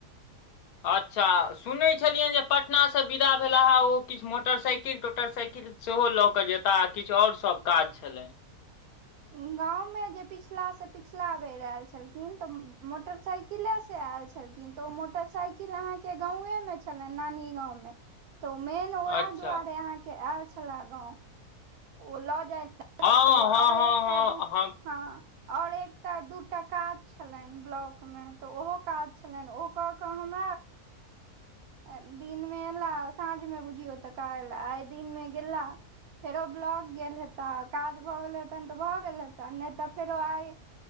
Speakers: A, on the left; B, on the right.
A: अच्छा सुनै छलियनि जे पटनासँ विदा भेल हे ओ किछु मोटरसाइकिल टोटरसाइकिल सेहो लऽ के जेता आ किछु और सब काज छलनि
B: <inaudible> गाँंव में जे पिछला से पिछला बेर आयल छलखिन तऽ मोटरसाइकिले से आयल आयल छलखिन तऽ ओ मोटरसाइकिल अहाँके गांवे मे छलेन नानी गाँंव में। तऽ मेन ओएह
A: अच्छा
B: दुआरे अहाँ के आयल छला गाँंव ओ लऽ जाय छले
A: हँ
B: तऽ आओर
A: हँ
B: एकटा
A: हँ हँ
B: दू
A: हम
B: हँ और एकटा दूटा काज छलनि ब्लॉक मे तऽ ओहो काज छलनि ओ कऽ कऽ हम <unintelligible> दिनमे एयला साँझमे बुझियौ तऽ काल आइ दिनमे गेला। फेरो ब्लॉक गेल हेता काज भऽ गेले हेतन तऽ भऽ गेल हेतन नहि तऽ फेरो आइ